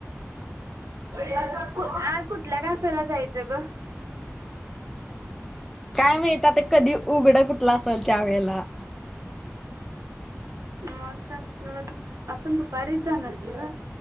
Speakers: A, on the right; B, in the centre.
A: आंज कुंठल्या कॅफेला जायचं गं
B: कायं माहित ते कधीं उघडं कुठलं असेल त्यां वेळेला
A: मॉन स्टॉप आपल्यांला दुं आपणं दुपारीचं जाणारं की गं